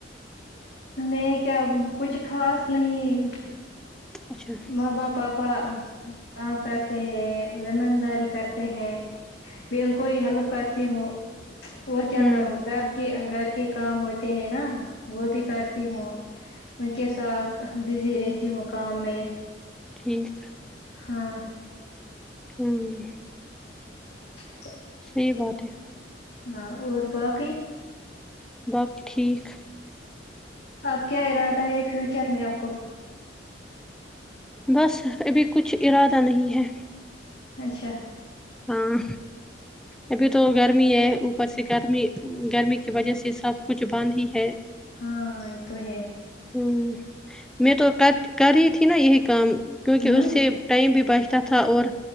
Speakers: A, on the left; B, in the centre.
A: میں کیا کچھ خاص نہیں
B: اچھا
A: ما پاپا کام کرتے ہیں زمین داری کرتے ہیں میں ان کو ہی ہیلپ کرتی ہوں اور کیا
B: ہوں
A: کروں گھر کے گھر کے کام ہوتے ہیں نا وہ بھی کرتی ہوں ان کے ساتھ بزی رہتی ہوں کام میں
B: ٹھیک
A: ہاں
B: ہوں
A: <unintelligible>
B: یہی بات ہے
A: ہاں اور باقی
B: باقی ٹھیک
A: آپ کیا ارادہ ہے فیوچر میں آپ کو
B: بس ابھی کچھ ارادہ نہیں ہے
A: اچھا
B: ہاں ابھی تو گرمی ہے اوپر سے گرمی گرمی کی وجہ سے سب کچھ بند ہی ہے
A: ہاں یہ تو ہے
B: ہوں میں تو کر کر رہی تھی نا یہی کام کیونکہ
A: ہوں
B: اس سے ٹائم بھی بچتا تھا اور